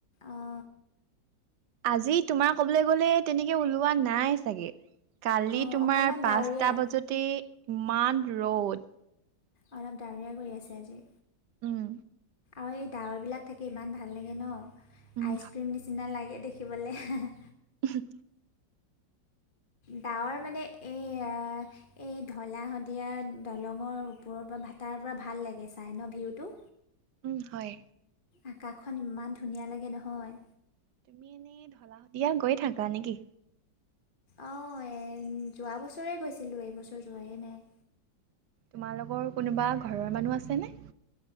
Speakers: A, on the left; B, on the right.
A: অ।
B: আজি তোমাৰ কবলৈ গ'লে তেনেকে ওলোৱা নাই চাগে। কালি
A: অঁ
B: তোমাৰ
A: অকণমান
B: পাঁচটা
A: ডাৱৰীয়া
B: বজাতে ইমান ৰ'দ
A: অলপ ডাৱৰীয়া কৰি আছে আজি।
B: উম।
A: আৰু এই ডাৱৰবিলাক থাকে ইমান ভাল লাগে ন?
B: উম
A: আইচক্ৰীম নিচিনা লাগে দেখি। বলে হে হে
B: উ <unintelligible>
A: ডাৱৰ মানে এই এই ঢলা শদিয়া দলঙৰ ওপৰৰ পৰা তাৰ পৰা ভাল লাগে চাই ন ভিউটো?
B: উম হয়।
A: আকাশখন ইমান ধুনীয়া লাগে নহয়।
B: তুমি এনেই ঢলা শদিয়া গৈ থাকা নেকি?
A: অ এ যোৱা বছৰে গৈছিলো এইবছৰ যোৱাই নাই।
B: তোমালোকৰ কোনোবা ঘৰৰ মানুহ আছেনে?